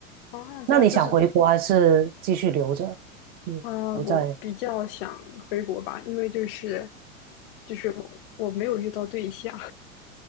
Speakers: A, on the left (about 45°); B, on the right (about 20°).
A: 啊，这样就是，
B: 那你想回国还是继续留着？嗯，
A: 呃，
B: 留在
A: 我比较想回国吧，因为就是就是我我没有遇到对象，